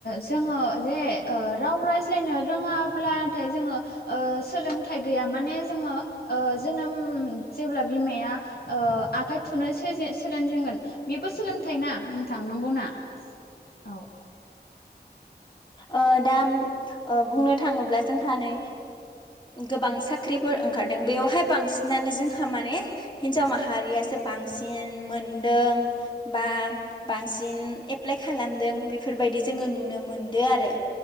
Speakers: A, on the left; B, on the left.
A: जोङो जे राव रायज्लायनो रोङाब्लाथाय जोङो सोलोंथाइ गैयामोन माने जोङो जोनोम जेब्ला बिमाया ओ आखाइ थुनो सोजे सोलोंजेनगोन बेबो सोलोंथाइ ना नों नंगौ ना औ
B: अ दा बुंनो थाङोब्ला जोंहा नै गोबां साख्रिफोर ओंखारदों बेयावहाय बांसिनानो जोंहा माने हिनजाव माहारियासो बांसिन मोनदों बा बांसिन एप्लाइ खालामदों बेफोर बायदि जोङो नुनो मोनदों आरो